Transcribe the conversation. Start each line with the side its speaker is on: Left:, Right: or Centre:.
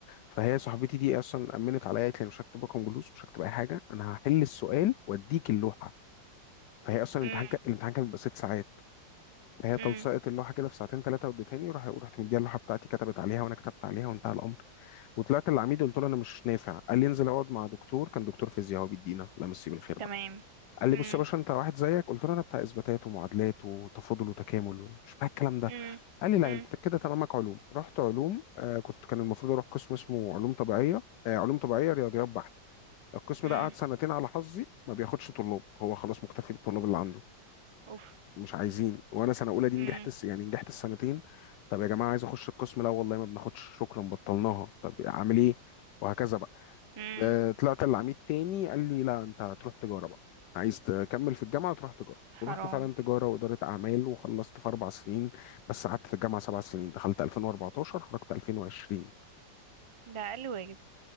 Left: فهي صاحبتي دي اصلا امنت عليا قالت لي أنا مش هكتب رقم جلوس مش هكتب اي حاجه انا هحل السؤال واديك اللوحه فهي اصلا
Right: امم
Left: الامتحان كان الامتحان كان بيبقى ست ساعات فهي
Right: امم
Left: تلصقت اللوحه كده في ساعتين ثلاثه واديتهاني وراح ورحت مديها اللوحه بتاعتي كتبت عليها وانا كتبت عليها وانتهى الامر وطلعت للعميد قلت له انا مش نافع قال لي انزل اقعد مع دكتور كان دكتور فيزياء هو بيدينا لا مسيه بالخير بقى
Right: تمام
Left: قال لي
Right: امم
Left: بص يا باشا انت واحد زيك قلت له انا بتاع اثباتات ومعادلات وتفاضل وتكامل ومش بتاع الكلام ده
Right: امم
Left: قال لي لا
Right: امم
Left: انت كده تمامك علوم رحت علوم آه كنت كان المفروض اروح قسم اسمه علوم طبيعيه آه علوم طبيعيه رياضيات بحت القسم
Right: امم
Left: ده قعد سنتين على حظي ما بياخدش طلاب هو خلاص مكتفي بالطلاب اللي عنده
Right: اوف
Left: مش عايزين وانا سنه اولى دي
Right: امم
Left: نجحت الس- يعني نجحت السنتين طب يا جماعه عايز اخش القسم لا والله ما بناخدش شكرا بطلناها طب اعمل ايه وهكذا بقى
Right: امم
Left: آه، طلعت العميد تاني قال لي لا انت هتروح تجاره بقى عايز تكمل في الجامعه تروح تجاره
Right: حرام
Left: ورحت فعلا تجاره واداره اعمال وخلصت في اربع سنين بس قعدت في الجامعه سبع سنين دخلت 2014 خرجت 2020
Right: ده اقل واجب